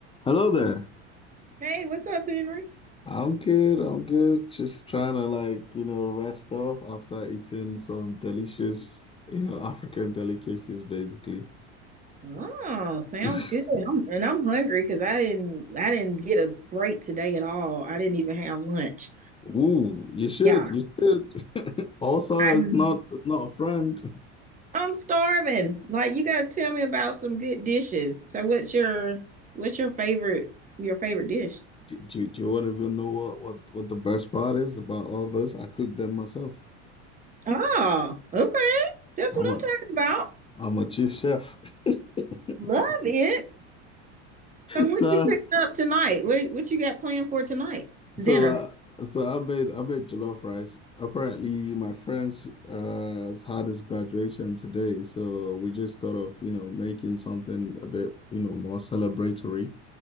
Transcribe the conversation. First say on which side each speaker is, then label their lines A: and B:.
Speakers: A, on the left; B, on the right.
A: Hello there.
B: Hey, what's up, Henry?
A: I'm good. I'm good. Just trying to like, you know, rest off after eating some delicious, you know, <laughs> African delicacies basically.
B: Oh, sounds
A: <laughs>
B: good. I'm, and I'm hungry because I didn't I didn't get a break today at all. I didn't even have lunch.
A: Ooh, you should.
B: Yeah,
A: You should. <laughs> Also,
B: I'm,
A: it's not it's not a friend.
B: I'm starving. Like you got to tell me about some good dishes. So what's your what's your favorite your favorite dish?
A: Do, do, do you want to even know what, what what the best part is about all this? I cook them myself.
B: Oh, okay. That's
A: I'm
B: what
A: a
B: I'm talking about.
A: I'm a chief chef. <laughs>
B: Love it. So what
A: So
B: you cooking up tonight? What what you got planned for tonight? It's
A: So,
B: dinner.
A: uh, so I made I made jollof rice. Apparently, my friends uh has had his graduation today, so we just thought of you know making something a bit you know more celebratory.